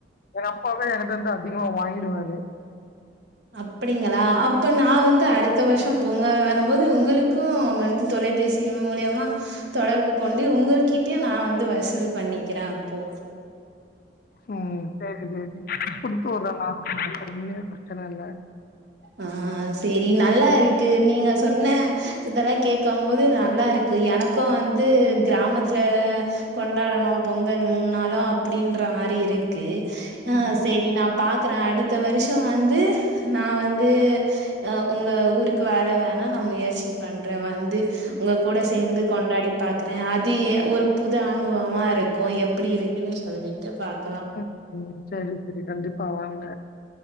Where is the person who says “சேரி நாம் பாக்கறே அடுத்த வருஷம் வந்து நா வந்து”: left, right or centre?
Right